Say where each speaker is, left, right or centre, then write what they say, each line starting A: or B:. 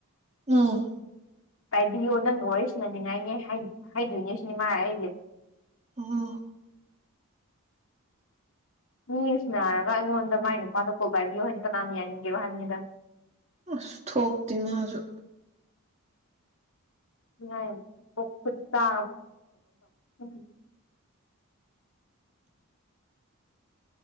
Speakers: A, on the right (about 30°); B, on the left (about 65°).
A: ꯎꯝ
B: ꯇꯥꯏꯕꯤꯌꯣ ꯅꯪꯒ ꯋꯥꯔꯤ ꯁꯅꯥꯅꯤꯡꯉꯥꯏꯅꯦ ꯍꯥꯏ ꯍꯥꯏꯗꯣꯏꯅꯦ ꯁꯤꯅꯤ ꯃꯥ ꯍꯥꯏꯁꯦ
A: ꯎꯝ
B: ꯃꯤꯒ ꯁꯟꯅꯥꯔꯒ ꯑꯩꯉꯣꯟꯗ ꯃꯥꯏ ꯅꯨꯄꯥꯗꯣ ꯀꯣꯜ ꯄꯥꯏꯕꯤꯌꯨ ꯍꯥꯏꯗꯤ ꯀꯅꯥꯅ ꯌꯥꯅꯤꯡꯒꯦꯔꯣ ꯍꯥꯏꯕꯅꯦꯗ
A: ꯑꯁ ꯊꯣꯛꯇꯤꯃꯥꯖꯨ
B: ꯅ ꯈꯨꯠꯇ <unintelligible>